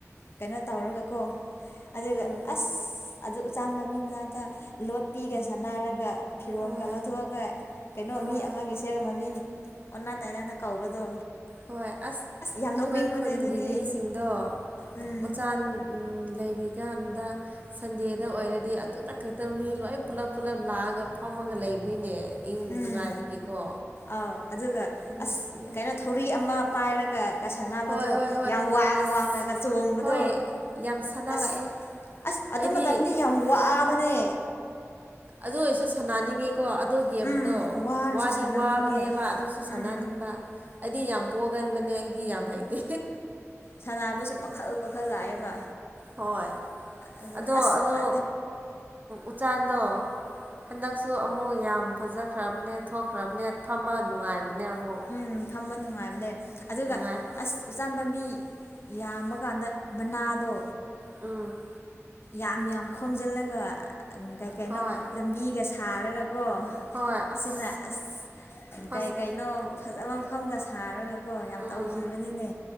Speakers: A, on the left; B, on the right.
A: ꯀꯩꯅꯣ ꯇꯧꯔꯒꯀꯣ ꯑꯗꯨꯒ
B: ꯎꯝ
A: ꯑꯁ ꯑꯗꯨ ꯎꯆꯥꯟ ꯃꯃꯤ ꯃꯅꯥꯛꯇ ꯂꯣꯠꯄꯤꯒ ꯁꯥꯟꯅꯔꯒ ꯐꯤꯔꯣꯟꯒꯥ
B: ꯍꯣꯏ
A: ꯂꯧꯊꯣꯛꯑꯒ ꯀꯩꯅꯣ
B: ꯍꯣꯏ
A: ꯃꯤ ꯑꯃꯒꯤꯁꯦ ꯃꯃꯤꯡ ꯑꯣꯟꯅ ꯇꯥꯏꯅꯥꯅ ꯀꯧꯕꯗꯣ
B: ꯍꯣꯏ ꯑꯁ
A: ꯌꯥꯝ ꯅꯣꯛꯅꯤꯡꯕꯅꯦ
B: ꯑꯩꯈꯣꯏ ꯈꯨꯟꯒꯤ
A: ꯑꯗꯨꯗꯤ
B: ꯃꯤꯁꯤꯡꯗꯣ
A: ꯎꯝ
B: ꯎꯆꯥꯟ ꯂꯩꯔꯤꯀꯥꯟꯗ ꯁꯟꯗꯦꯗ ꯑꯣꯏꯔꯗꯤ ꯑꯗꯨꯗ ꯈꯛꯇ ꯃꯤ ꯂꯣꯏ ꯄꯨꯂꯞ ꯄꯨꯂꯞ ꯂꯥꯛꯑꯒ ꯐꯝꯃꯒ ꯂꯩꯕꯅꯤꯅꯦ ꯏꯪ
A: ꯎꯝ
B: ꯅꯨꯡꯉꯥꯏꯕꯒꯤꯀꯣ
A: ꯑꯥꯎ ꯑꯗꯨꯒ
B: ꯅꯨꯡꯁꯤꯌꯦ
A: ꯑꯁ ꯀꯩꯅꯣ ꯊꯧꯔꯤ ꯑꯃ ꯄꯥꯏꯔꯒ ꯀ ꯁꯥꯟꯅꯕꯗꯣ
B: ꯍꯣꯏ ꯍꯣꯏ ꯍꯣꯏ
A: ꯌꯥꯝ ꯋꯥꯡ
B: ꯑꯁ
A: ꯋꯥꯡꯅꯒ ꯆꯣꯡꯕꯗꯣ
B: ꯍꯣꯏ ꯌꯥꯝ ꯁꯥꯟꯅꯔꯛꯑꯦ
A: ꯑꯁ ꯑꯁ ꯑꯗꯨ
B: ꯑꯩꯗꯤ
A: ꯃꯇꯝꯗꯤ ꯌꯥꯝ ꯋꯥꯕꯅꯦ
B: ꯑꯗꯨ ꯑꯣꯏꯔꯁꯨ ꯁꯥꯟꯅꯅꯤꯡꯉꯤꯀꯣ ꯑꯗꯨ ꯒꯦꯝꯗꯣ
A: ꯎꯝ ꯋꯥꯔꯁꯨ
B: ꯋꯥꯗꯤ
A: ꯁꯥꯟꯅꯅꯤꯡꯉꯦ
B: ꯋꯥꯕꯅꯦꯕ ꯑꯗꯨꯁꯨ ꯁꯥꯟꯅꯅꯤꯡꯕ
A: ꯎꯝ
B: ꯑꯩꯗꯤ ꯌꯥꯝ ꯄꯣꯒꯟꯕꯅꯦ ꯑꯩꯗꯤ ꯌꯥꯝ ꯍꯩꯇꯦ
A: ꯁꯟꯅꯕꯁꯨ ꯃꯈꯜ-ꯃꯈꯜ ꯂꯥꯛꯑꯦꯕ
B: ꯍꯣꯏ
A: ꯑꯗꯨ
B: ꯑꯗꯣ
A: ꯑꯁ
B: ꯑꯗꯣ ꯎꯆꯥꯟꯗꯣ ꯍꯟꯗꯛꯁꯨ ꯑꯃꯨꯛ ꯌꯥꯝ ꯐꯖꯈ꯭ꯔꯕꯅꯦ ꯊꯣꯛꯈ꯭ꯔꯕꯅꯦ ꯐꯝꯕ ꯅꯨꯡꯉꯥꯏꯕꯅꯦ ꯑꯃꯨꯛ
A: ꯎꯝ ꯐꯝꯕ ꯅꯨꯡꯉꯥꯏꯕꯅꯦ ꯑꯗꯨꯒ
B: ꯅꯨꯡꯉꯥꯏ
A: ꯑꯁ ꯎꯆꯥꯟ ꯄꯝꯕꯤ ꯌꯥꯝꯕ ꯀꯥꯟꯗ ꯃꯅꯥꯗꯣ
B: ꯎꯝ
A: ꯌꯥꯝ ꯌꯥꯝ ꯈꯣꯝꯖꯤꯜꯂꯒ ꯀꯩ ꯀꯩꯅꯣ
B: ꯍꯣꯏ
A: ꯂꯝꯕꯤꯒ ꯁꯥꯔꯒꯀꯣ
B: ꯍꯣꯏ ꯑꯁ
A: ꯁꯤꯅ ꯑꯁ
B: ꯍꯧꯖꯤꯛ
A: ꯀꯩ ꯀꯩꯅꯣ ꯐꯖꯕ ꯃꯐꯝꯒ ꯁꯥꯔꯒꯀꯣ ꯌꯥꯝ
B: ꯎꯝ
A: ꯇꯧꯈꯤꯕꯅꯤꯅꯦ